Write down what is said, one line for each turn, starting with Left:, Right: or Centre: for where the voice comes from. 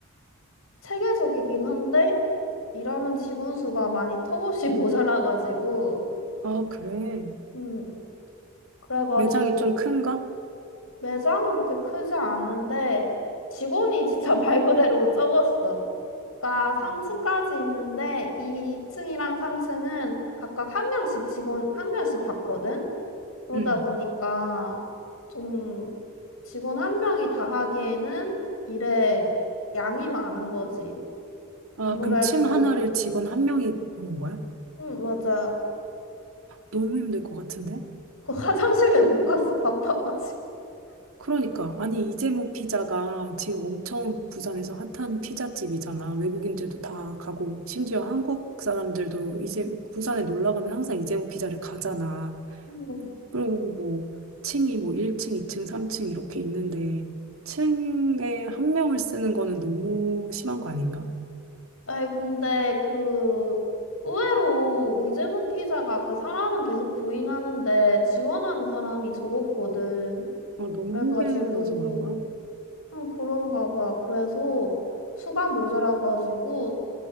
Left: 체계적이긴 한데, 일하는 직원 수가 많이 턱없이 <laughs> 모자라가지고,
Right: 아, 그래.
Left: 음, 그래가지고,
Right: 매장이 좀 큰가?
Left: 매장은 그렇게 크지 않은데, 직원이 진짜 <laughs> 말 그대로 적었어. 가 3층까지
Right: 음.
Left: 있는데 2층이랑 3층은 각각 한 명씩 직원 한 명씩 받거든. 그러다
Right: 음.
Left: 보니까 좀 직원 한 명이 다 하기에는 일에 양이 많은 거지.
Right: 아,
Left: 아무래도
Right: 그럼 층 하나를 직원 한 명이 보는 거야?
Left: 응 맞아.
Right: 너무 힘들 것 같은데?
Left: 그 <laughs> 화장실에 못 갔어 바빠가지고.
Right: 그러니까 아니 이재모 피자가 지금 엄청 부산에서 핫한 피자집이잖아. 외국인들도 다 가고 심지어 한국 사람들도 이제 부산에 놀러 가면 항상 이재모 피자를 가잖아.
Left: 음.
Right: 그리고 뭐 층이 뭐 1층, 2층, 3층 이렇게 있는데 층에 한 명을 쓰는 거는 너무 심한 거 아닌가?
Left: 아이 근데 그 의외로 이재모 피자가 그 사람은 계속 부인하는데 지원하는 사람이 적었거든.
Right: 어, 너무
Left: 그래가지고
Right: 힘들어서 그런가?
Left: 응, 그런가 봐. 그래서 수가 모자라가지고